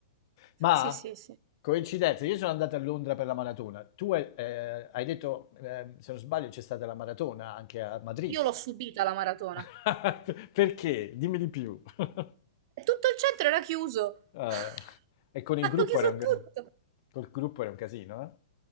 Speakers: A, on the left; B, on the right.
A: Ma,
B: Sì, sì, sì.
A: coincidenza, io sono andato a Londra per la maratona. Tu hai ehm, hai detto, ehm, se non sbaglio c'è stata la maratona anche a Madrid.
B: Io l'ho subita la maratona.
A: <laughs> Perché? Dimmi di più. <laughs>
B: E tutto il centro era chiuso.
A: Ah.
B: <laughs>
A: E con il
B: Hanno
A: gruppo
B: chiuso
A: era un, ca-
B: tutto.
A: col gruppo era un casino, eh?